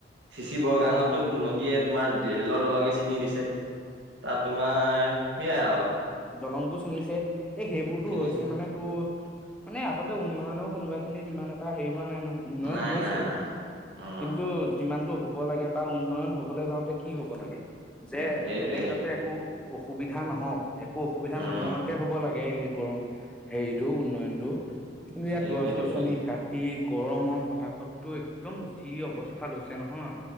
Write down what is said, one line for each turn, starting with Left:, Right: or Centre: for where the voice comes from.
Right: চিচি বৰগাঙতটো নদীয়ে তোমাৰ দেৰিলৰ দলঙে ছিঙি দিছে তাত তোমাৰ সেইয়াই আৰু
Centre: দলং বোৰ ছিঙিছে এই সেইবোৰতো
Right: ছিঙিছে
Centre: হৈছে মানে তো মানে আচলতে উন্নয়নৰ কোনোবা খিনিত ইমান এটা হেৰি হোৱা উন্নয়ন
Right: নাই
Centre: হৈছে
Right: নাই নাই উম,
Centre: কিন্তু যিমানতটো হ'ব লাগে বা উন্নয়ন হবলৈ যাওঁতে কি হ'ব লাগে যে
Right: সেইটোৱে
Centre: বেলেগ
Right: সেইটোৱে
Centre: যাতে একো অসুবিধা নহওক একো অসুবিধা
Right: উম,
Centre: নোহোৱাকে হ'ব লাগে এই গৰম হেৰিটো উন্নয়নতটো কিন্তু ইয়াত
Right: সেইটোৱে
Centre: গছ
Right: সেইটোৱে।
Centre: গছনি কাটি গৰমৰ পতাপততো একদম যি অৱস্থা কা লৈছে নহয়